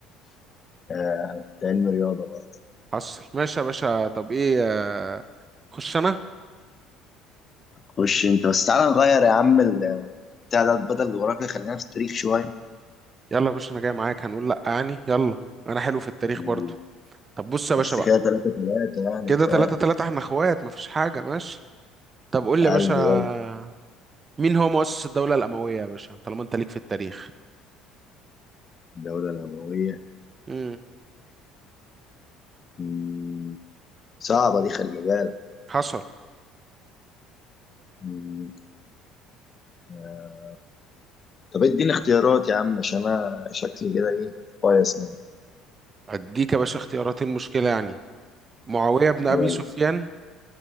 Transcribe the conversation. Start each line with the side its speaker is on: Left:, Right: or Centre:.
Left: آه أنا كنت علم رياضة برضه
Right: حصل ماشي يا باشا طب ايه آه، خش انا
Left: خش انت بس تعالى نغير يا عم ال- بتاع ده بدل الجغرافيا خلينا في التاريخ شوية
Right: يلا يا باشا انا جاي معاك هنقول لا يعني يلا انا حلو في التاريخ
Left: يلا.
Right: برضو طب بص يا باشا
Left: بس
Right: بقى
Left: كده تلاتة تلاتة يعني
Right: كده
Left: بقى
Right: تلاتة تلاتة احنا اخوات مفيش حاجة ماشي طب قول لي
Left: قلبي
Right: يا باشا
Left: يلا
Right: مين هو مؤسس الدولة الأموية يا باشا طالما انت ليك في التاريخ
Left: الدولة الأموية
Right: امم
Left: مم. صعبة دي خلي بالك
Right: حصل
Left: مم. آه. طب اديني اختيارات يا عم عشان انا شكلي كده ايه كويس منه
Right: اديك يا باشا اختياراتين مشكلة يعني معاوية بن أبي
Left: يلا
Right: سفيان